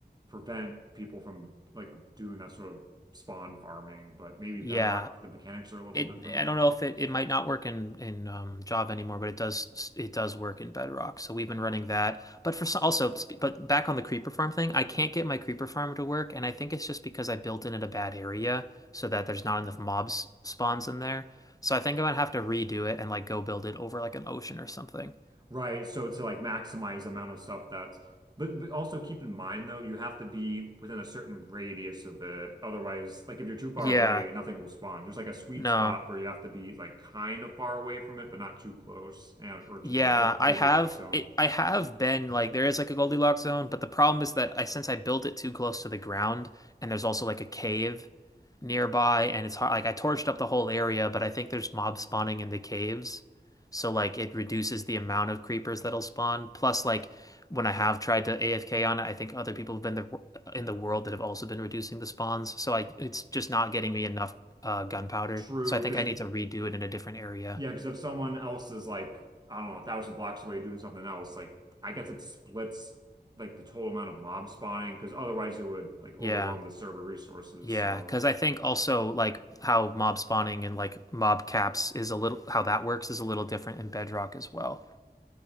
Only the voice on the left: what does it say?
Yeah.
It
I don't know if it, it might not work in in um, Java anymore, but it does it does work in Bedrock. So we've been running that. But for some, also, but back on the creeper farm thing, I can't get my creeper farm to work, and I think it's just because I built in at a bad area so that there's not enough mobs spawns in there. So I think I'm gonna have to redo it and like go build it over like an ocean or something.
Yeah,
no.
Yeah,
I
have
it I have been like there is like a Goldilocks zone, but the problem is that I since I built it too close to the ground and there's also like a cave nearby and it's hard like I torched up the whole area, but I think there's mob spawning in the caves. So like it reduces the amount of creepers that'll spawn. Plus like when I have tried to AFK on it, I think other people have been the, in the world that have also been reducing the spawns. So I it's just not getting me enough uh gunpowder.
So I think
I need to redo it in a different area.
Yeah.
Yeah,
because I think also like how mob spawning and like mob caps is a little how that works is a little different in Bedrock as well.